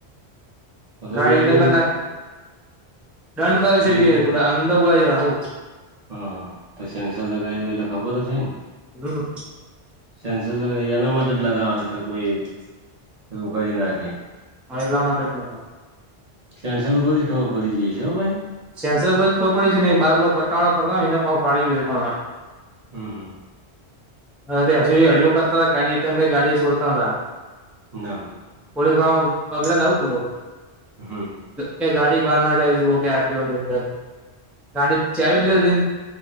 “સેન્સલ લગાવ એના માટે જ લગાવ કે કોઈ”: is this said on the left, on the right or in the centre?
Right